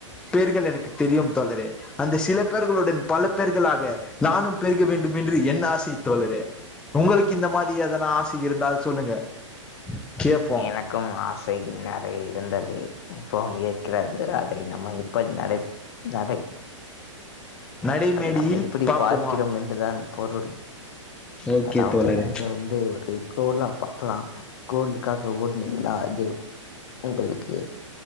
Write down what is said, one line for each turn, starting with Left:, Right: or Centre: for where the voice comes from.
Centre: பேர்கள் எனக்கு தெரியும் தோழரே அந்த சில பேர்களுடன் பலப் பெர்களாக நானும் பெருக வேண்டும் என்று என் ஆசை தோழரே உங்களுக்கு இந்த மாரி எதனா ஆஸ் இருந்தால் சொல்லுங்க கேப்போ
Left: எனக்கும் ஆஸ் சைக்கள் நறைய இருந்தது இப்பவும் இருகிறது அதை நம்ம எப் இப்ப நநையப் நறை
Centre: நடைமேடையில்
Left: அதை நம் எப்படி
Centre: பாப்போமா
Left: பார்க்கிறோம் என்றுதான் பொருள்
Centre: ஓகே
Left: அதாவது
Centre: தோழரே
Left: நீங்க வந்து ஒரு கோலா பார்க்கலாம் கோலுக்காக ஓட் அப்படிங்களா அது உங்களுக்கு